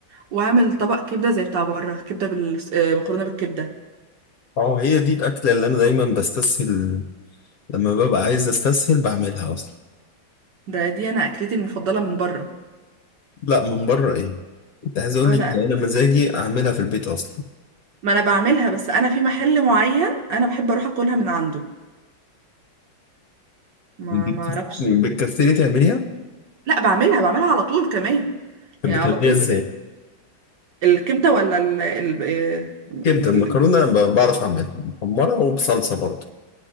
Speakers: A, on the right; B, on the left.
A: واعمل طبق كبدة زي بتاع بره كبدة بال... آه، مكرونة بالكبدة
B: اه هي دي الأكلة اللي أنا دايما بستسهل لما ببقى عايز أستسهل بعملها أصلا
A: ده دي أنا أكلتي المفضلة من بره
B: لا من بره إيه أنت عايز أقول
A: اه
B: لك
A: لا
B: ده أنا مزاجي أعملها في البيت أصلا
A: ما أنا بعملها بس أنا في محل معين أنا بحب أروح أكلها من عنده ما
B: دي بت-
A: ما أعرفش
B: بتكسري تعمليها
A: لا بعملها بعملها على طول كمان
B: طب
A: يعني
B: بتعمليها
A: على طول
B: إزاي
A: الكبدة ولا ال ال يعني
B: كبدة المكرونة
A: ال-
B: ب- بعرف أعملها محمرة وبصلصة برضه